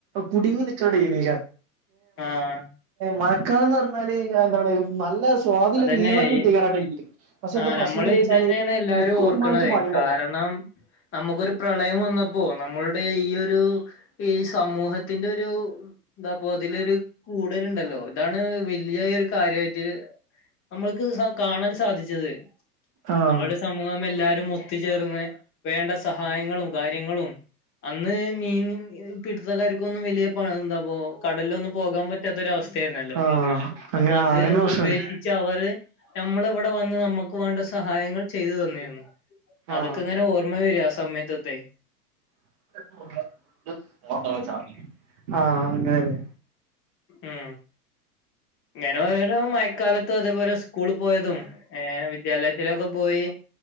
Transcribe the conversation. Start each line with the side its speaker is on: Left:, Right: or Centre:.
Right: കുടുങ്ങി നിക്കണ്ട ചെയുന്ന
Left: ആഹ്
Right: മഴക്കാലംന്ന് പറഞ്ഞാല് എന്താണ് നല്ല സ്വാദ്ല്ല
Left: അതന്നെ
Right: മീനാളൊക്കെ കിട്ടേക്കാരം
Left: ഈ
Right: ആ ടൈമില് പക്ഷെ
Left: ആഹ്
Right: എന്ത പ്രശ്നംന്ന്
Left: നമ്മള്
Right: വെച്ചാല്
Left: ഇതന്നെയാണ് എല്ലാരും
Right: മുക്കുവന്മാർക്ക്
Left: ഓർക്കണത്
Right: പണിണ്ടാവൂല
Left: കാരണം നമുക്കൊരു പ്രളയം വന്ന പ്പോ നമ്മളുടെ ഈ ഒരു ഈ സമൂഹത്തിന്റെ ഒരു എന്താപ്പൊ അതിലൊരു കൂടരുണ്ടല്ലോ ഇതാണ് വല്യായ ഒരു കാര്യായിട്ട് നമ്മൾക്ക് കാണാൻ സാധിച്ചത്
Right: ആഹ്
Left: നമ്മളുടെ സമൂഹം എല്ലാരും ഒത്ത്ചേർന്ന് വേണ്ട സഹായങ്ങളും കാര്യങ്ങളും അന്ന് മീൻ പിടുത്തക്കാർക്കൊന്നും വലിയ പ എന്താ? പ്പോ കടലിലൊന്നും പോകാൻ പറ്റാത്തൊരവസ്ഥ ആയിർന്നല്ലോ
Right: ആഹ് അങ്ങനെ
Left: അപ്പ അത്
Right: ആ അങ്ങനെ പ്രശ്നണ്ട്
Left: ഉപേക്ഷി അവര് ഞമ്മളവിടെ വന്ന് ഞമ്മക്ക് വേണ്ട സഹായങ്ങൾ ചെയ്തു തന്നിരുന്നു. അതൊക്കെ
Right: ആഹ്
Left: ഇങ്ങനെ ഓർമ്മ വരാ. ആ സമയത്തത്തെ.
Right: <unintelligible> ആ അങ്ങനേല്ലേ?
Left: ഏ ഇങ്ങനെ ഓരോരോ മയക്കാലത്തും അതേപോലെ സ്കൂള് പോയതും ഏ വിദ്യാലയത്തിലൊക്കെ പോയി.